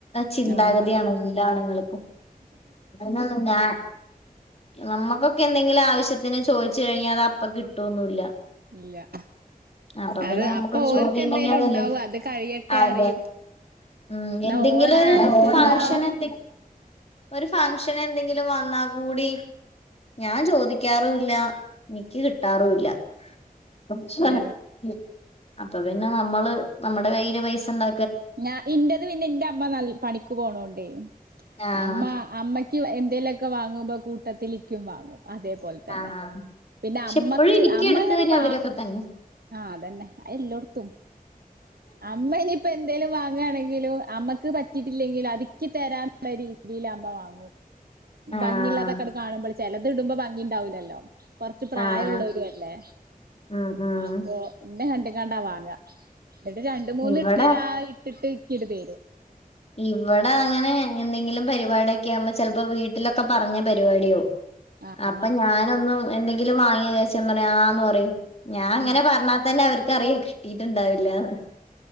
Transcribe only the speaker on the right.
ആഹ്
ഇല്ല
അത്
അപ്പൊ
ഓർക്ക്
എന്തേലും ഉണ്ടാവും അത് കഴിയട്ടെ
അറിയും
എന്നാ
ഓരോ
ആവശ്യങ്ങളോ
ഏ
ഞ ഇന്റെത് പിന്നെ എന്റെ അമ്മ നൽ പണിക്ക് പോണോണ്ടേ
അമ്മ അമ്മ ക്കും എന്തേലൊക്കെ വാങ്ങുമ്പ കൂട്ടത്തിലേയ്ക്കും വാങ്ങും അതേപോലെ തന്നെ
പിന്നെ
അമ്മക്ക്
അമ്മ
ഇങ്ങട്
വാ
ആഹ അതന്നെ എല്ലേടത്തും അമ്മ ഇനിയിപ്പ എന്തേ ല്ലും വാങ്ങയാണെങ്കിലും അമ്മക്ക് പറ്റിട്ടില്ലെങ്കില് അതിക്ക് തരാനുള്ള രീതിയിൽ അമ്മ വാങ്ങും
ഭംഗി ഇല്ലാതൊക്കെ അത് കാണുമ്പോള് ചിലത് ഇടുമ്പോ ഭംഗി ഉണ്ടാവൂല്ലല്ലോ കൊറച്ച് പ്രായ
ഉള്ളവരല്ലേ
അപ്പൊ എന്റെ കണ്ടും കാണ്ടാ വാങ്ങ ഇട്ടിട്ട് രണ്ട് മൂന്ന
ഇടല്ലാം ഇട്ടിട്ട് ഇക്കിട്ട് തരും
ആഹ്
ഉം